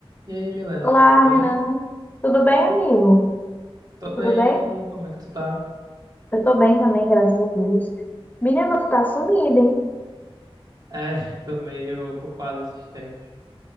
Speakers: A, on the right; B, on the left.
A: E aí, Milena,
B: Olá,
A: tudo bem?
B: Renan. Tudo bem, amigo?
A: Tô bem,
B: Tudo bem?
A: e aí, como é que tu tá?
B: Eu tô bem também, graças a Deus. Menina, tu tá sumida, hein?
A: É, <laughs> tô meio ocupado esses tempos.